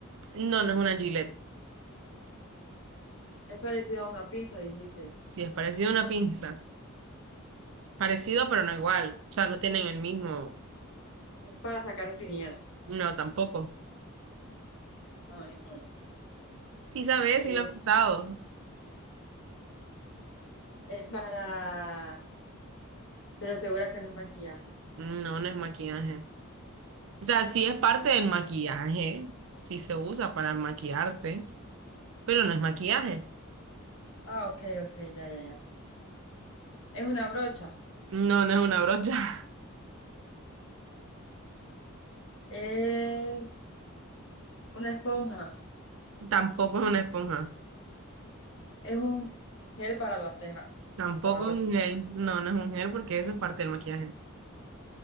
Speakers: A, on the right; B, on the left.
A: No, no es una Gillette.
B: Es parecido a una pinza, dijiste.
A: Sí, es parecido a una pinza. Parecido, pero no igual. O sea, no tienen el mismo.
B: Es para sacar espinillas.
A: No, tampoco.
B: Ay, no.
A: Sí, sabes,
B: Es,
A: sí lo he usado.
B: es para... Pero segura que no es maquillaje.
A: No, no es maquillaje. O sea, sí es parte del maquillaje. Sí se usa para maquillarte, pero no es maquillaje.
B: Ah, ok, ok, ya, ya, ya. Es una brocha.
A: No, no es una brocha. <laughs>
B: Es una esponja.
A: Tampoco es una esponja.
B: Es un gel para las cejas.
A: Tampoco
B: O algo
A: es
B: así.
A: un gel. No, no es un gel porque eso es parte del maquillaje.